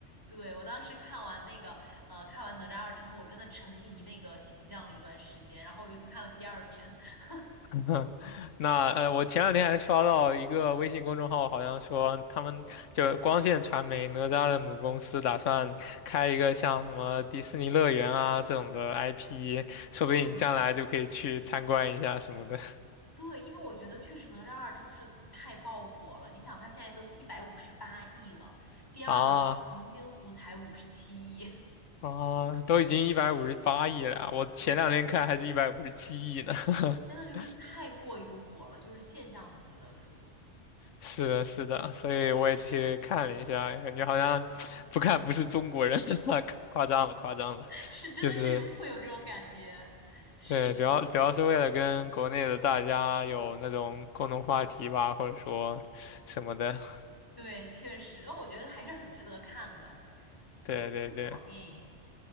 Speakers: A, on the left (about 20°); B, on the left (about 85°).
A: 对，我当时看完那个呃，看完哪吒二之后，我真的沉迷那个形象了一段时间，然后我又去看了第二遍。<laughs>
B: <laughs> 那呃，我前两天还刷到一个微信公众号，好像说他们就光线传媒哪吒的母公司打算开一个像什么迪士尼乐园啊这种的 IP，说不定你将来就可以去参观一下什么的
A: 嗯，
B: <laughs>
A: 对，因为我觉得确实哪吒二真的是太爆火了，你想它现在都一百五十八亿了，第二名的长津湖才五十七亿。
B: 啊
A: <laughs>
B: 啊，都已经一百五十八亿了啊我前两天看还是一百五十七亿呢。
A: 对
B: <laughs>
A: 真的就是太过于火了，就是现象级的，属于
B: 是的，是的，所以我也去看了一下，感觉好像 <tsk> 不看不是中国人，<laughs> 夸夸张了，夸张了，
A: <laughs> 是真的是有会有这种感觉，
B: 就是。
A: 是的，
B: 对，主要主要是为了跟国内的大家有那种共同话题吧，或者说什么的。
A: 对，确实，我觉得还是很值得看的，
B: <laughs> 对对对，
A: 就是不好电影，